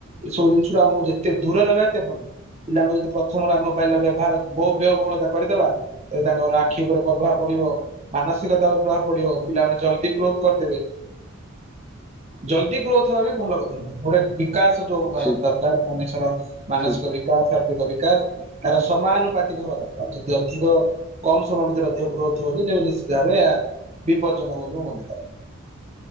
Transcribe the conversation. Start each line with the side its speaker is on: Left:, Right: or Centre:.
Right: ଏ ସବୁ ଜିନିଷ ରୃ ଆମକୁ ଯେତେ ଦୂରେ ରହିବା ଏତେ ଭଲ ପିଲାଙ୍କୁ ଯଦି ପ୍ରଥମର ମୋବାଇଲ ବ୍ୟବହାର ବହୁ ବ୍ୟୟବହୁଳତା କରିଦବା ତାଙ୍କର ଆଖି ଉପରେ ପ୍ରଭାବ ପଡିବ ମାନସିକତା ଉପରେ ପ୍ରଭାବ ପଡିବ ପିଲାମାନେ ଚ ଗ୍ରୋଥ କରିଦେବେ ଜଲ୍ଦି ଗ୍ରୋଥ୍ ହେବା ବି ଭଲ କଥା ନୁହଁ ଗୋଟେ ବିକାଶ ଯୋଉ ହବା
Centre: ଠିକ
Right: ଦରକାର ମଣିଷର ମାନସିକ
Centre: ଠିକ ଠିକ।
Right: ବିକାଶ ଶାରୀରିକ ବିକାଶ ତାର ସମାନୁପାତିକ ହବା ଦରକାର୍ ଆଉ ଯଦି ଅଧିକ କମ୍ ସମୟ ଭିତରେ ଅଧିକ ଗ୍ରୋଥ ହଉଛି ତେବେ ନିଶ୍ଚିତ ଭାବେ ଏହା ବିପଦଜନକ ବୋଲି ମନେ ହୁଏ